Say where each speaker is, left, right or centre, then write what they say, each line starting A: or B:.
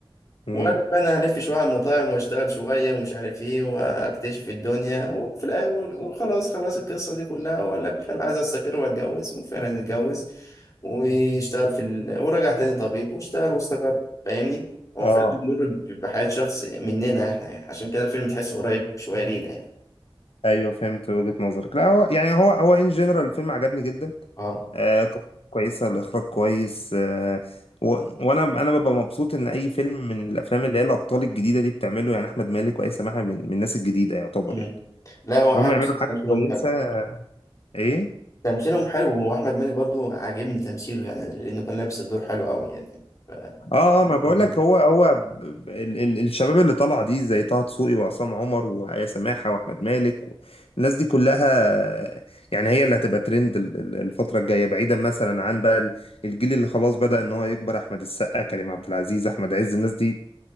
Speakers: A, on the left; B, on the left.
A: مم.
B: وقال لك بقى انا هلف شويه على المطاعم واشتغل شويه ومش عارف ايه واكتشف الدنيا وفي الاول وخلاص خلاص القصه دي كلها وقال لك انا عايز استقر واتجوز وفعلا اتجوز واشتغل في ال... ورجع تاني طبيب واشتغل واستقر فاهمني هو
A: اه
B: فعلا بيمر ب- بحياه شخص مننا احنا يعني عشان كده الفيلم تحسه قريب شويه لينا يعني
A: ايوه فهمت وجهة نظرك لا هو يعني هو هو ان جنرال الفيلم عجبني جدا
B: اه
A: آه قصته كويسه الاخراج كويس آه و... وانا انا ببقى مبسوط ان اي فيلم من الافلام اللي هي الابطال الجديده دي بتعمله يعني احمد مالك واي سماحه من من الناس الجديده يعتبر
B: مم.
A: يعني
B: لا هو
A: ان
B: حلو
A: هم يعملوا
B: بصراحة،
A: حاجه
B: تمثيلهم
A: كويسه
B: حلو
A: ايه
B: تمثيلهم حلو واحمد مالك برضو عاجبني تمثيله يعني لانه كان لابس الدور حلو قوي يعني ف...
A: اه اه ما بقول
B: <laughs>
A: لك هو هو ب- ب- ال ال الشباب اللي طالعه دي زي طه دسوقي وعصام عمر وآية سماحه واحمد مالك و- الناس دي كلها يعني هي اللي هتبقى ترند ال- ال- الفتره الجايه بعيدا مثلا عن بقى ال- الجيل اللي خلاص بدأ ان هو يكبر احمد السقا كريم عبد العزيز احمد عز الناس دي